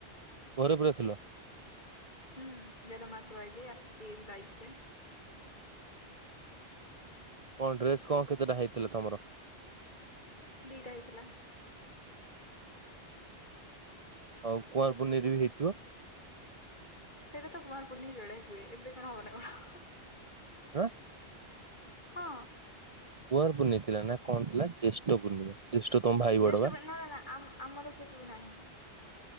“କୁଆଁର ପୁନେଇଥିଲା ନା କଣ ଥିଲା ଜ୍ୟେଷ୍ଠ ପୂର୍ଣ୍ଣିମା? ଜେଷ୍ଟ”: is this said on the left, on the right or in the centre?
Right